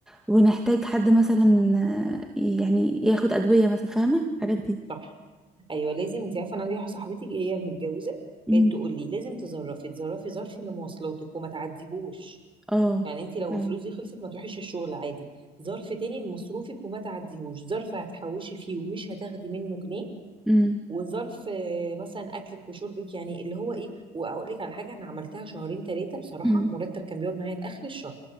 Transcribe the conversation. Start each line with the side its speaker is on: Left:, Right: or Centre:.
Centre: ونحتاج حد مثلا آه، يعني ياخد أدوية مثلا فاهمة الحاجات دي
Right: صح ايوه لازم انت عارفه انا عندي واحده صاحبتي هي متجوزه
Centre: امم
Right: كانت تقول لي لازم تظرفي تظرفي ظرف لمواصلاتك وما تعديهوش
Centre: اه
Right: يعني انت لو
Centre: فعلا
Right: الفلوس دي خلصت ما تروحيش الشغل عادي ظرف تاني لمصروفك وما تعديهوش ظرف هتحوشي فيه ومش هتاخدي منه جنيه
Centre: امم
Right: وظرف آه، مثلا اكلك وشربك يعني اللي هو ايه واقول لك على حاجه انا عملتها شهرين ثلاثه بصراحه
Centre: امم
Right: المرتب كان بيقعد معايا لاخر الشهر